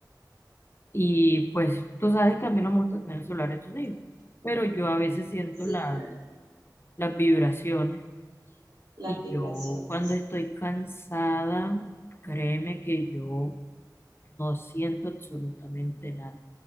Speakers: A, on the left; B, on the right.
A: Y pues tú sabes que a mí no me gusta tener el celular en sonido, pero yo a veces siento
B: Sí,
A: la-
B: claro,
A: las vibraciones
B: las
A: y
B: vibraciones.
A: yo cuando estoy cansada, créeme que yo no siento absolutamente nada.